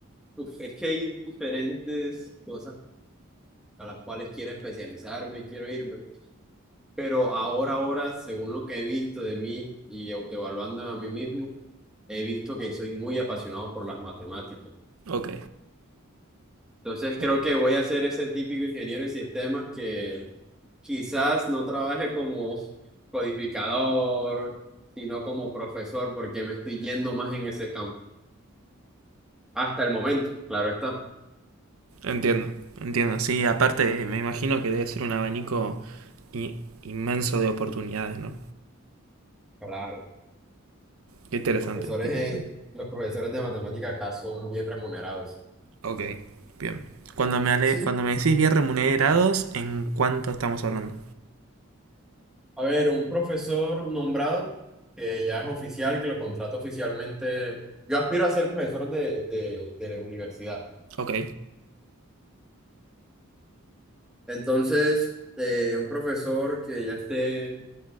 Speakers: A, in the centre; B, on the right.
A: uf, es que hay diferentes cosas a las cuales quiero especializarme y quiero irme, pero ahora, ahora, según lo que he visto de mí y autoevaluando a mí mismo, he visto que soy muy apasionado por las matemáticas.
B: Ok,
A: Entonces creo
B: ok.
A: que voy a ser ese típico ingeniero en sistemas que quizás no trabaje como codificador, sino como profesor, porque me estoy yendo más en ese campo. Hasta el momento, claro está.
B: Entiendo, entiendo. Sí, aparte me imagino que debe ser un abanico i- inmenso de oportunidades, ¿no?
A: claro
B: Qué interesante,
A: Los profesores,
B: qué interesante.
A: eh, los profesores de matemática acá son bien remunerados.
B: Ok, bien. Cuando me, ale-
A: Sí.
B: cuando me decís bien remunerados, ¿en cuánto estamos hablando?
A: A ver, un profesor nombrado, que ya es oficial, que lo contrata oficialmente. Yo aspiro a ser profesor de, de, de la universidad.
B: Ok.
A: Entonces, eh, un profesor que ya esté